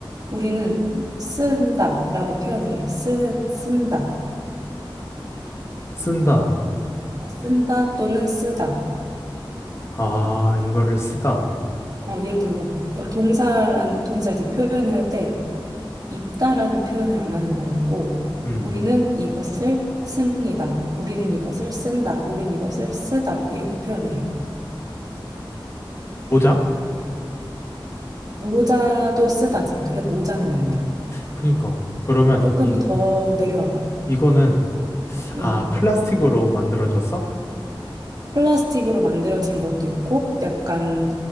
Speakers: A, on the right (about 45°); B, on the left (about 30°).
A: 우리는 쓴다 라고 표현을 해. 쓰, 쓴다.
B: 쓴다.
A: 어, 쓴다 또는 쓰다.
B: 아, 이거를 쓰다.
A: 어, 예를 들어 뭐 동사란, 동사 이제 표현을 할때 입다라는 표현을 안 하는 것 같고,
B: 음,
A: 우리는 이것을 씁니다. 우리는 이것을 쓴다. 우리는 이것을 쓰다. 이렇게 표현을 해.
B: 모자?
A: 모자도 쓰다지. 근데 모자는 아니야.
B: 그니까. 그러면
A: 조금
B: 이,
A: 더 내려와봐.
B: 이거는,
A: 응.
B: 아, 플라스틱으로 만들어졌어?
A: 플라스틱으로 만들어진 것도 있고, 약간